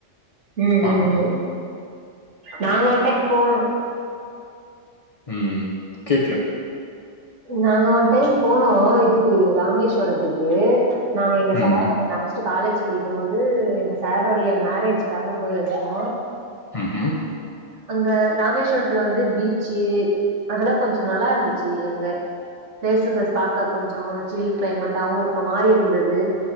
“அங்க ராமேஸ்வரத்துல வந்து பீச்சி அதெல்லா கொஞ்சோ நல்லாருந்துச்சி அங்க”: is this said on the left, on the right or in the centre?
Right